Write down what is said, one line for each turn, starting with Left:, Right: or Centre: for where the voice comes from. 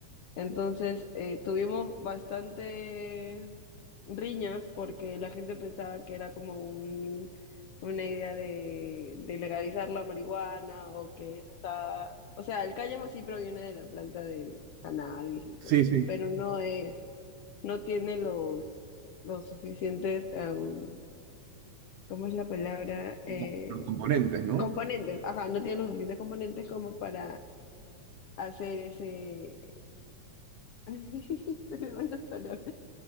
Left: Entonces, eh, tuvimos bastante riñas porque la gente pensaba que era como un- una idea de, de legalizar la marihuana o que eso estaba... O sea, el cáñamo sí proviene de la planta del cannabis y todo
Right: sí,
Left: eso,
Right: sí.
Left: pero no es, no tiene los, los suficientes, em, ¿cómo es la palabra?
Right: Con-
Left: Eh,
Right: Los componentes, ¿no?
Left: componentes, ajá, no tiene los suficientes componentes como para hacer ese, <laughs> Se me van las palabras.